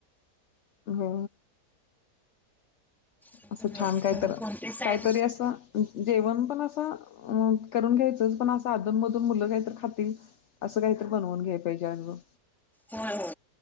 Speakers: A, on the left; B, in the centre.
A: हा.
B: होतात
A: असं छान काहीतर,
B: तुम्ही कोणते साईड
A: काहीतरी असं जेवण पण असं अ करून घ्यायचंच पण असं अधून मधून मुलं काहीत खातील असं काही बनवून घ्याय पाहिजे अजून.
B: हो हो